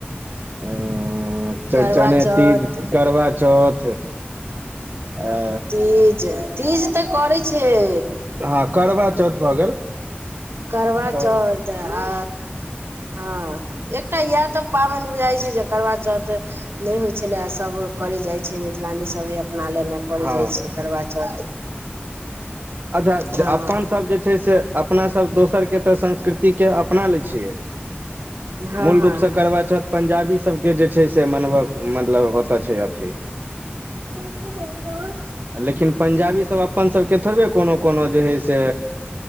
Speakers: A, on the right; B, on the right.
A: अ चौड़चने
B: करवा चौथ
A: तीज करबा चौथ आ
B: तीज तीज तऽ करै छय
A: हँ करबा चौथ भऽ गेल
B: करबा
A: तऽ
B: चौथ आ हँ एकटा इएह तऽ पाबनि बुझाई छै जे करबा चौथ नय होइ छलै आ सभ करे जाइत छै मिथिलानी सब हे अपना लेने करय
A: हँ
B: जाई छै करबा चौथ
A: अच्छा
B: हँ
A: अपन सब जे छै से अपना सब दोस्त सर के तऽ संस्कृति के अपना लै छियै
B: हँ
A: मूल
B: हँ
A: रूपसँ करबा चौथ पंजाबी सबके जे छै से मनब मतलब होत छै अथी
B: ई त ब <unintelligible>
A: लेकिन पंजाबीसब अपनसबके थोड़बे कोनो कोनो जे हइ से